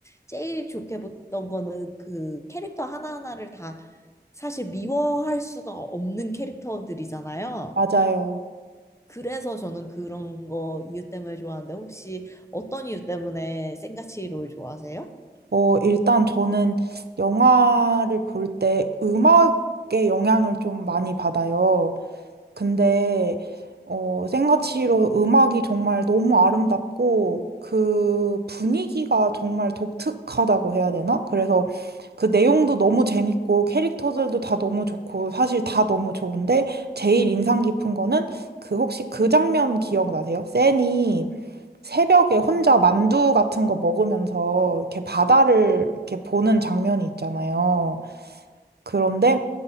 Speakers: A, on the left; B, on the right.
A: 제일 좋게 봤던 거는 그 캐릭터 하나하나를 다 사실 미워할 수가 없는 캐릭터들이잖아요.
B: 맞아요.
A: 그래서 저는 그런 거 이유 때문에 좋아하는데 혹시 어떤 이유 때문에 생가치 롤 좋아하세요?
B: 어, 일단 저는 영화를 볼 때 음악의 영향을 좀 많이 받아요. 근데, 어, 생가치로 음악이 정말 너무 아름답고 그 분위기가 정말 독특하다고 해야 되나? 그래서 그 내용도 너무 재밌고 캐릭터들도 다 너무 좋고 사실 다 너무 좋은데 제일 인상 깊은 거는 그 혹시 그 장면 기억나세요? 센이? 새벽에 혼자 만두 같은 거 먹으면서 이렇게 바다를 이렇게 보는 장면이 있잖아요. 그런데